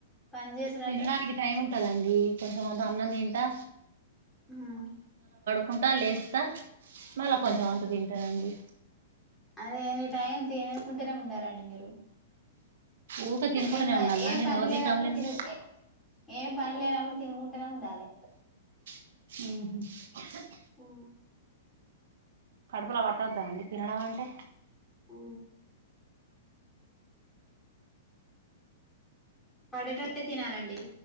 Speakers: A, in the centre; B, on the right.
A: పని చేసుడంటే
B: తినడానికి టైం ఉంటదండి కొంచెంమంత అన్నం తింటా
A: హా
B: కుంటా లేస్తా మళ్ళీ కొంచెం అంత తింటానండి
A: అదేని టైం తిననుకుంటేనే ఉండాలండి మీరు
B: ఊకే తినుకుంటూనే
A: ఏం
B: ఉండాలా
A: ఏం
B: అండి
A: పని
B: నోరు
A: లేనప్పుడు
B: రికం లేకుండా
A: తిను ఏం పని లేనప్పుడు తిరుకుంటేనే ఉండాలి
B: ఉహు
A: ఓ
B: కడుపులో పట్టద్దా అండి తినడం అంటే
A: ఊ పడేటట్టే తినాలండి